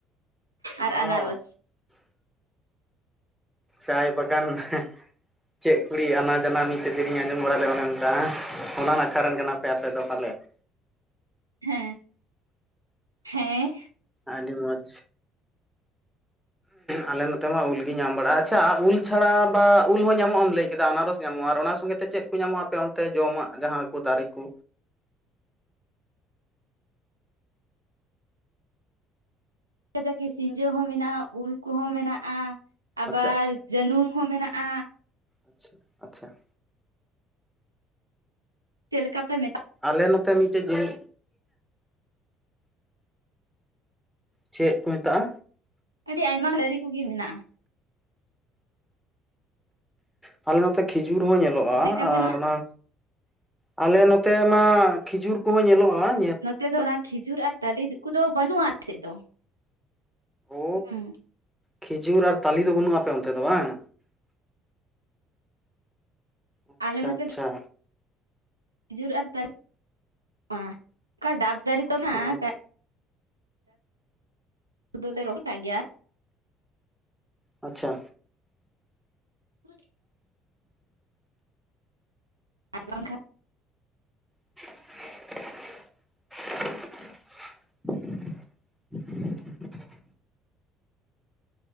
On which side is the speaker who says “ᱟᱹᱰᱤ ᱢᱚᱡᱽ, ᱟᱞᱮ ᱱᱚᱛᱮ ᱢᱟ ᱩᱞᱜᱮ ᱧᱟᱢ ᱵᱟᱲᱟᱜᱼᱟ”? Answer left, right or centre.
Centre